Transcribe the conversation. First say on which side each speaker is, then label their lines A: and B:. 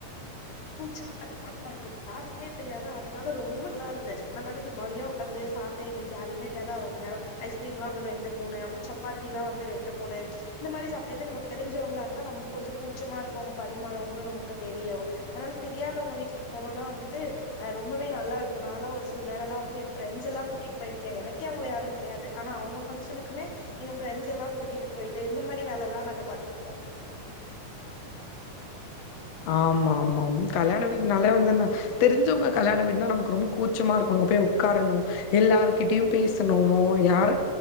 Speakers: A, on the left (about 75°); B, on the left (about 55°).
A: கூச்ச <inaudible> யாருமே தெரியதா அதனால ரொம்ப நல்லாருந்து நாங்க பாட்டுக்கு ஜாலியா உக்காந்து சாப்ட்டு எங்ளுக்கு யாரயுமே <unintelligible> ரொம்ப நேரம் ஐஸ்க்ரீம்லாம் ரெண்டு மூணு அப்றொம் சப்பாத்திலா வந்து ரெண்டு மூணு இந்த மாரி சாப்ட்டு தே நமக்கு தெரிஞ்சவுங்ளா அந்த நமக் கொஞ்சம் கூச்சமாருக்கும் அங்க பரிமாறவங்களும் நமக்கு தெரியும் அனால தெரியாதவங்க வீட்டுக்கு போனோனா வந்துட்டு ரொம்பவே நல்லாருக்கும் நாலா ஒரு சில நேரல்லாம் வந்து என் ஃப்ரெண்ஸ் எல்லா கூட்டிட் பேயிர்க்கேன் எனக்கே அவுங்குள யாருன் தெரியாது ஆனா அவுங்க ஃபங்ஷனுக்குமே எங்க ஃப்ரெண்ஸ் எல்லாம் கூட்டிட்டு போயிட்டு இந்த மாரி வேலல்லாம் நாங்க பாத்துருக்கோ
B: ஆமா ஆமாம் கல்யாண வீட்னாலே வந்துன்ன தெரிஞ்சவுங்க கல்யாண வீடுனா நமக்கு ரொம்ப கூச்சமாருக்கு அங்க பேய் உக்காரணு எல்லாருகிட்டியு பேசுணு யாரு